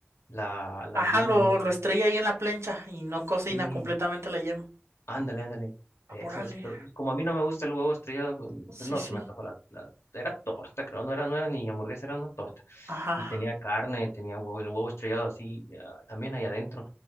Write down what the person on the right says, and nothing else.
Ajá,
lo,
lo estrella ahí en la plancha y no cocina
completamente la yema.
Apúrale.
Sí,
sí.
Ajá.